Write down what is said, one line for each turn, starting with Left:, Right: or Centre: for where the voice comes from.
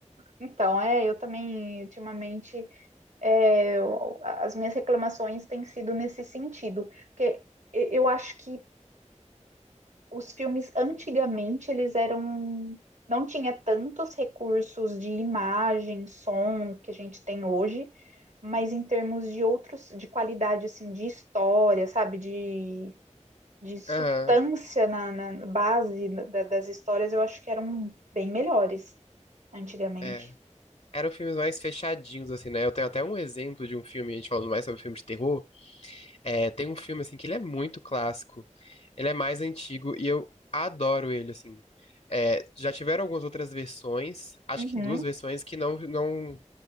Right: Então, é, eu também, ultimamente, é, eu- as minhas reclamações têm sido nesse sentido. Porque eu eu acho que os filmes antigamente eles eram não tinha tantos recursos de imagem, som que a gente tem hoje, mas em termos de outros de qualidade assim de história, sabe, de de substância
Left: Aham,
Right: na, na base da- das histórias, eu acho que eram bem melhores antigamente.
Left: é. Eram filmes mais fechadinhos, assim, né? Eu tenho até um exemplo de um filme, a gente falando mais sobre filmes de terror. É, tem um filme, assim, que ele é muito clássico. Ele é mais antigo e eu adoro ele, assim. É, já tiveram algumas outras versões, acho
Right: Uhum,
Left: que duas versões, que não, não,